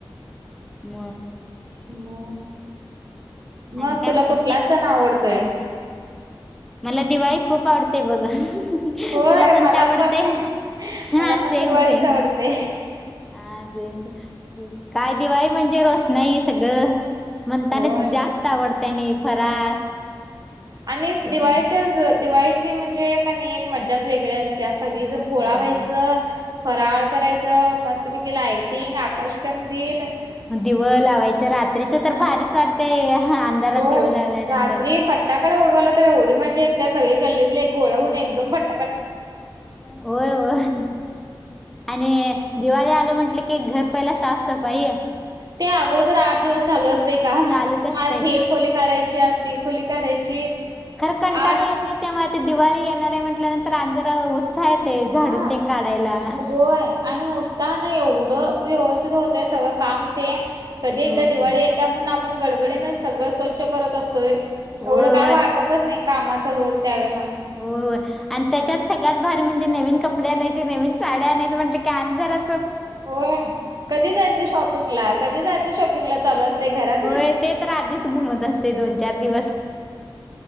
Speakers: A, in the centre; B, on the right.
A: मग
B: म
A: आणि
B: मग
A: काय
B: तुला
A: म्हणतेस
B: कुठला सण आवडतोय?
A: मला दिवाळी खूप आवडते बघ.
B: होय
A: तुला कोणत
B: मला
A: आवडतंय?
B: पण
A: हा
B: मला
A: सेम
B: पण दिवाळीच
A: सेम.
B: आवडते
A: <unintelligible> काय दिवाळी म्हणजे, रोषणाई सगळं. म्हणताना,
B: होय
A: जास्त आवडतयं आणि फराळ.
B: आणि
A: त्याच्या
B: दिवाळीच्या दिवाळीची म्हणजे, का एक मज्जाच वेगळी असते. त्या सगळीजण
A: म्हण
B: गोळा
A: होय
B: व्हायचं. फराळ करायचं, मस्तपैकी लायटिंग आकाशकण <unintelligible>
A: दिव लावायचं रात्रीच तर भारीच वाटतंय अंधारात दिव लावल्यानंतर
B: रात्री फट्टाकडे उडवायला तर, एवढी मज्जा येत्या, सगळी गल्लीतली एक गोळं हून एकदम फट
A: होय होय, आणि दिवाळी आ म्हटलं, की घर पहिला साफसफाई.
B: ते अगोदर आठ दिवस चालू असतयं काम
A: चालूच असतय
B: आज ही खोली काढाय <unintelligible> खोली काढायची.
A: खरं कंटाळा
B: आठ
A: येत नाही, तेव्हा ते दिवाळी येणार आहे. म्हटल्यानंतर आणि जरा उत्साह येतय झाडून
B: हा
A: तेन काढायला
B: होय, आणि उसताना एवढं व्यवस्थ कस होतय, सगळं काम ते कधी एकदा
A: होय
B: दिवाळी येते, म्हणून आपण गडबडीन सगळं स्वच्छ करत असतोय,
A: होय
B: एवढं
A: होय
B: काय वाटतच नाही. कामाचा लोड त्यावेळेला
A: हो, आणि त्याच्यात सगळ्यात भारी म्हणजे नवीन कपडे आणायची, नवीन साड्या आणायचं म्हटलं, कि आणि जरा
B: होय, कधी जायचं शॉपिंगला कधी जायचं? शॉपिंगला चालू घरात
A: होय, ते तर आधीच घुमत असतयं दोन, चार दिवस.